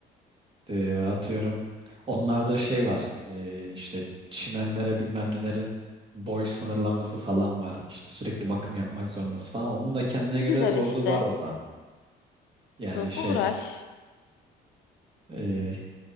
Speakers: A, on the right; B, on the left.
A: E, atıyorum. Onlarda şey var. E, işte çimenlere bilmem nelerin boy sınırlaması falan var. İşte sürekli bakım yapmak zorundasın falan. Onun da kendine
B: Ne
A: göre
B: güzel
A: zorluğu
B: işte.
A: var orada. Yani
B: Sun
A: şey.
B: uğraş.
A: e,